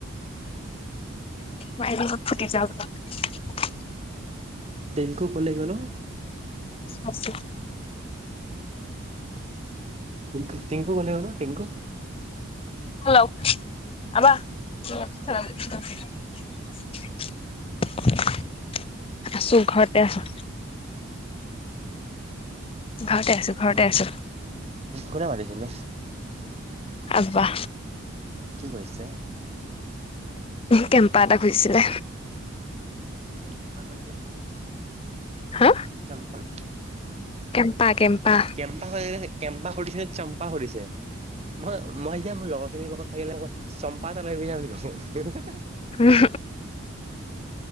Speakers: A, on the left; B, on the right.
A: বাহিৰ লগত ফুটি যাওঁ।
B: টিংকু কলে গল অ।
A: আশ
B: টিংকু টিংকু কলে গ'লো টিংকু
A: হেল্ল আবা, আছো ঘৰতে আছো। ঘৰতে আছো ঘৰতে আছো।
B: কোনে মাতিছিলে
A: আবা।
B: কি কৈছে?
A: কেম্পা এটা খোঁজিছিলে।
B: কে ক কৰিছে?
A: হা
B: চম্পল।
A: কেম্পা কেম্পা
B: কেম্পা স কেম্পা সুৰিছে নে চম্পা সুৰিছে। মই, মই এতিয়া মোৰ লগৰ খিনিৰ লগত থাকিলে মৌ চম্পাতলৈ যাম বুলি কৈছো।
A: হম।